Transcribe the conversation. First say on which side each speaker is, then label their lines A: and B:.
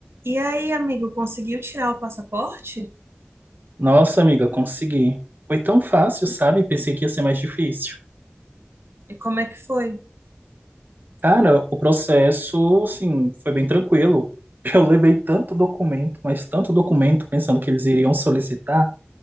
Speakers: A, on the right; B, on the right.
A: E aí, amigo, conseguiu tirar o passaporte?
B: Nossa, amiga, consegui. Foi tão fácil, sabe? Pensei que ia ser mais difícil.
A: E como é que foi?
B: Cara, o processo, assim, foi bem tranquilo. <laughs> Eu levei tanto documento, mas tanto documento, pensando que eles iriam solicitar,